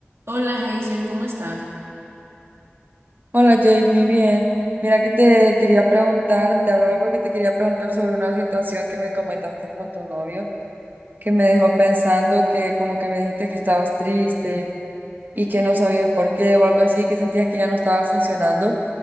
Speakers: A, on the right; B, on the right.
A: Hola Hazel, ¿cómo estás?
B: Hola Jamie, bien. Mira que te quería preguntar, te hablaba porque te quería preguntar sobre una situación que me comentaste con tu novio, que me dejó pensando que como que me dijiste que estabas triste y que no sabías por qué o algo así, que sentías que ya no estaba funcionando.